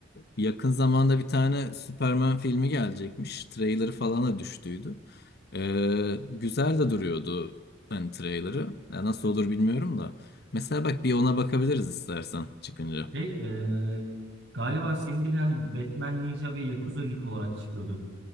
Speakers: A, on the left; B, on the right.
A: yakın zamanda bir tane Superman filmi gelecekmiş. Trailer'ı falan da düştüydü. E, güzel de duruyordu hani trailer'ı. Ya nasıl olur bilmiyorum da. Mesela bak bir ona bakabiliriz istersen çıkınca.
B: Şey, e, galiba senin bir hani Batman Ninja ve Yakuza League olarak çıkıyordu.